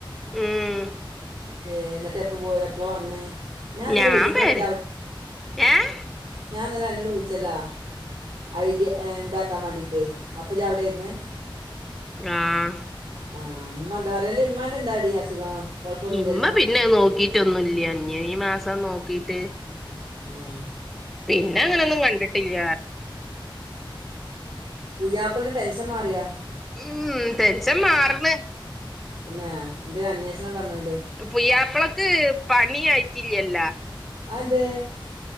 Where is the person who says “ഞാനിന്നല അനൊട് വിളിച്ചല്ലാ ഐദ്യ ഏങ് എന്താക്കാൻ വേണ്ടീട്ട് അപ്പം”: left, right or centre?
Right